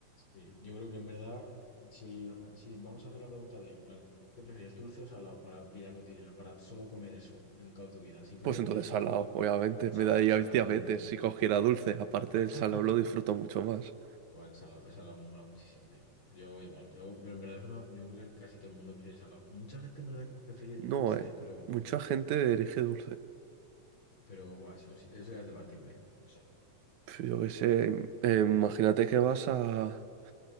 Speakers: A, on the left; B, on the right.
A: Sí, yo creo que en verdad, si, si vamos a hacer la pregunta bien, en plan, ¿qué prefieres, dulce o salado para vida cotidiana, para solo comer eso en toda tu vida? Si pudieras
B: Pues entonces
A: elegir
B: salado,
A: algo,
B: obviamente.
A: salado,
B: Me daría
A: salado
B: diabetes
A: de una, tío.
B: si cogiera dulce. Aparte
A: <laughs>
B: del salado lo disfruto mucho más.
A: Joder, salado, el salado mola muchísimo, tío. Yo igual, yo, pero en verdad es una, yo creo que casi todo el mundo prefiere salado. Mucha gente en verdad prefiere
B: No,
A: dulce,
B: eh.
A: ¿eh? Pero,
B: Mucha gente elige dulce.
A: pero, buah, eso, sí- eso ya es debatible, no sé.
B: Pues Yo qué sé. im- eh, imagínate que vas a,